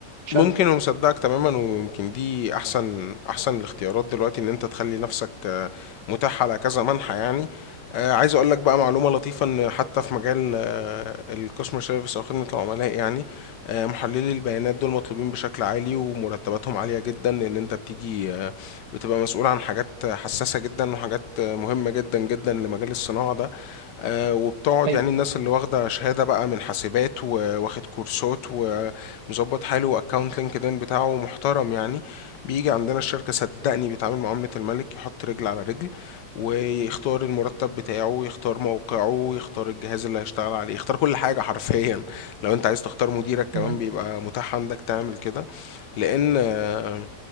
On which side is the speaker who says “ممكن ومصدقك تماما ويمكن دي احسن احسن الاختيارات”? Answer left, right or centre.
Left